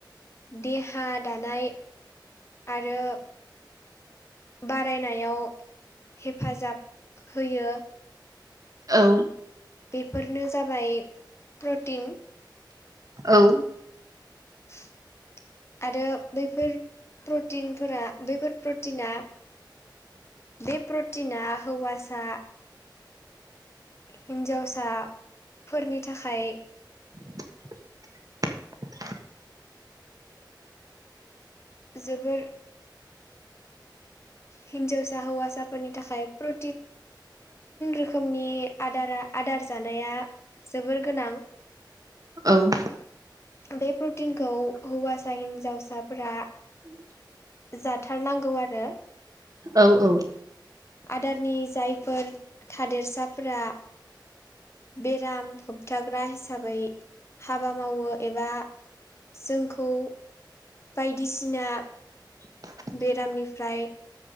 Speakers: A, on the left; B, on the right.
A: देहा दानाय आरो बारायनायाव हेफाजाब होयो
B: औ
A: बेफोरनो जाबाय प्रटिन
B: औ
A: <inaudible> आरो बैफोर प्रटिनफोरा बैफोर प्रटिना बे प्रटिना हौवासा हिन्जावसाफोरनि थाखाय
B: <inaudible>
A: जोबोर हिनजावसा हसाफोरनि थाखाय प्रो रोखोमनि आदारा आदार जानाया जोबोर गोनां
B: औ
A: बे प्रटिनखौ हौवासा हिन्जावसाफोरा
B: उम
A: जाथारनांगौ आरो
B: औ औ
A: आदारनि जायफोर थादेरसाफोरा बेराम होबथाग्रा हिसाबै हाबा मावो एबा जोंखौ बायदिसिना
B: <inaudible>
A: बेरामनिफ्राय